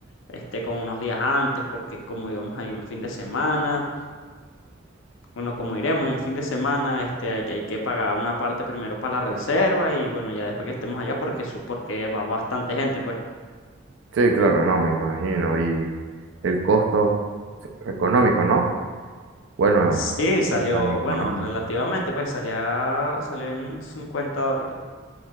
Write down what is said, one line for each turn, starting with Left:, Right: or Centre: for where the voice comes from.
Left: este, con unos días antes, porque como íbamos ahí un fin de semana, bueno, como iremos un fin de semana, este, hay, hay que pagar una parte primero para la reserva y bueno, ya después que estemos allá, porque, eso- porque va bastante gente, pues.
Right: Sí, claro, no, me imagino. Y el costo económico, ¿no? Bueno,
Left: Sí,
Right: no,
Left: salió,
Right: ni tan económico.
Left: bueno, relativamente, pues salía, salió en cincuenta dólares.